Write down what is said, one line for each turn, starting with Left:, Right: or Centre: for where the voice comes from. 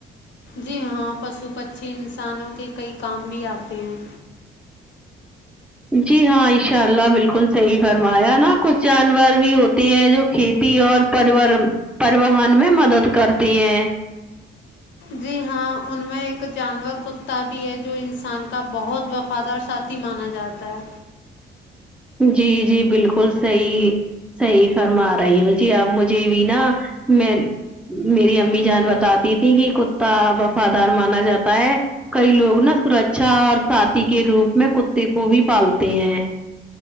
Left: جی ہاں پشو پکشی انسانوں کے کئی کام بھی آتے ہیں
Centre: جی ہاں انشاء اللہ بالکل صحیح فرمایا نا کچھ جانور بھی ہوتے ہیں جو کھیتی اور پروارم پرون میں مدد کرتے ہیں
Left: جی ہاں ان میں ایک جانور کتا بھی ہے جو انسان کا بہت وقت فادر ساتھی مانا جاتا ہے
Centre: جی جی بالکل صحیح صحیح فرما رہی ہو جی اب مجھے بھی نا میں میری امی جان بتاتی تھی کہ کتا وفادار مانا جاتا ہے کئی لوگ نا سرچھا اور ساتھی کے روپ میں کتے کو بھی پالتے ہیں